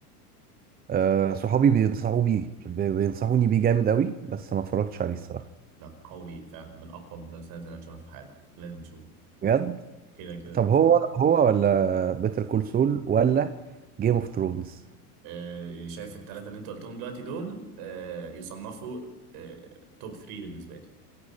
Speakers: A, on the right (about 20°); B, on the right (about 50°).
A: آه صحابي بينصحوا بيه بي- بينصحوني بيه جامد قوي بس ما اتفرجتش عليه الصراحه
B: لا قوي فعلا من اقوى المسلسلات اللي هتشوفها في حياتك لازم تشوفه
A: بجد
B: كده كده
A: طب هو هو ولا بيتر كول سول ولا جيم اوف ثرونز
B: آه شايف الثلاثه اللي انت قلتهم دلوقتي دول آه يصنفوا آه توب 3 بالنسبه لي